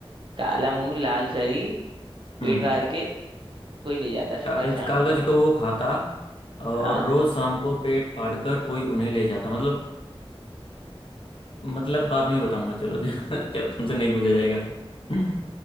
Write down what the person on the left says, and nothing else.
हम्म
कागज
कागज
को वो खाता और
रोज शाम को पेट फाड़ कर कोई उन्हें ले जाता मतलब मतलब बाद में बताऊंगा चलो <laughs> जब तुमसे नहीं पूछा जाएगा तो <laughs>